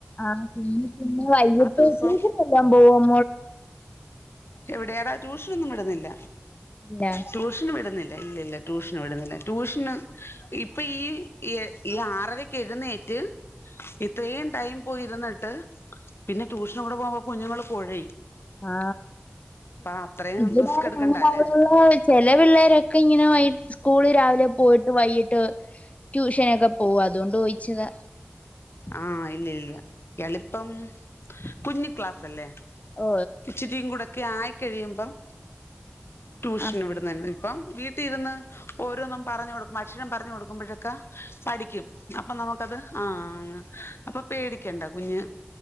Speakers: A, on the left; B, on the left.
A: ആ പിന്നെ പിന്നെ വൈകിട്ട്േക്കശന
B: ദിവസം
A: എല്ലാം പോകും
B: എവിടെയാടാ ട്യൂഷനൊന്നും ഇടുന്നില്ല
A: ഇല്ല
B: ട്യൂഷനും ഇടുന്നില്ല ഇല്ല ഇല്ല ട്യൂഷന് വിടുന്നില്ല ട്യൂഷന് ഇപ്പൊ ഈ ഈ ആറരക്ക് എഴുന്നേറ്റ് ഇത്രയും ടൈം പോയി ഇരുന്നിട്ട് പിന്നെ ട്യൂഷന് കൂടെ പോകുമ്പോ കുഞ്ഞുങ്ങൾ പുഴ
A: ആ
B: അത്രയും
A: ഇവിടെ
B: റിസ്ക് എടുക്കണ്ടല്ലേ
A: ഞങ്ങള അവിടെുള്ള ചില പിള്ളേരൊക്കെ ഇങ്ങനെ സ്കൂള് രാവിലെ പോയിട്ട് വൈകിട്ട് ട്യൂഷനൊക്കെ പോകും അതുകൊണ്ട് ചോയിിച്ചതാ
B: ആഹ ഇല്ല ഇല്ല എളിപ്പം കുഞ്ഞു ക്ലാസ്സ് അല്ലേ
A: ഓ
B: ഇച്ചിരിും കൂടെ ഒക്കെ ആയി കഴിയുമ്പം ട്യൂഷൻ
A: ആഹ്
B: ഇവിടെന്ന് ഇപ്പം വീട്ടിൽിരുന്ന് ഓരോന്നും പറഞ്ഞഞ് കൊടുക്കും അക്ഷരം പറഞ്ഞു കൊടുക്കുമ്പോഴേക്കെ പഠിക്കും അപ്പൊ നമുക്കത് ആ അപ്പൊ പേടിക്കണ്ട കുഞ്ഞ്